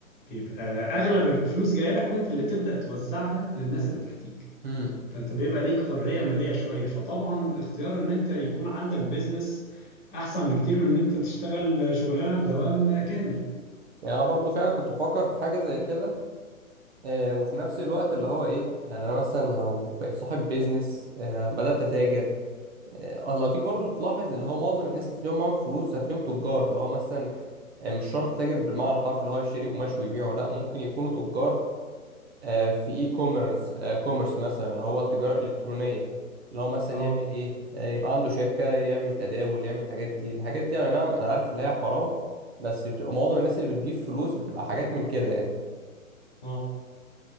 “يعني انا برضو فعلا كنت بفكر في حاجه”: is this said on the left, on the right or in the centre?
Right